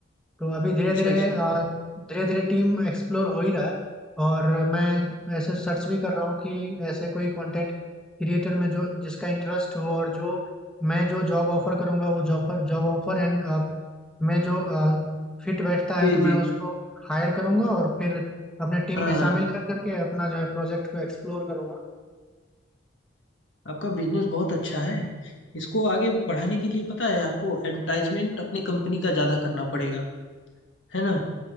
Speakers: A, in the centre; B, on the left.
A: तो अभी धीरे
B: अच्छा
A: धीरे
B: अच्छा
A: धीरे धीरे टीम एक्सप्लोर हो ही रहा है और मैं ऐसे सर्च भी कर रहा हूँ कि ऐसे कोई कंटेंट क्रिएटर में जो जिसका इंटरेस्ट हो और जो मैं जो जॉब ऑफर करूँगा वो जॉब पर जॉब ऑफर एंड मैं जो फिट बैठता
B: जी
A: है तो
B: जी
A: मैं उसको हायर करूँगा और फिर अपने टीम
B: हाँ
A: में
B: हाँ
A: शामिल कर करके अपना जो है प्रोजेक्ट को एक्सप्लोर करूँगा
B: आपका बिजनेस बहुत अच्छा है इसको आगे बढ़ाने के लिए पता है आपको एडवर्टाइजमेंट अपनी कंपनी का ज़्यादा करना पड़ेगा है ना